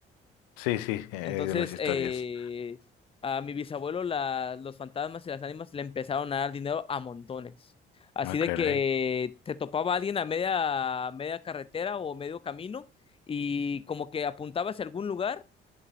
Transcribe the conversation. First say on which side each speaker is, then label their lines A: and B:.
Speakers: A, on the left (about 70°); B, on the left (about 20°).
A: Sí, sí, eh,
B: Entonces,
A: de las historias.
B: eh, a mi bisabuelo la- los fantasmas y las ánimas le empezaron a dar dinero a montones. Así
A: Ah,
B: de
A: caray.
B: que te topaba alguien a media, a media carretera o medio camino y como que apuntaba hacia algún lugar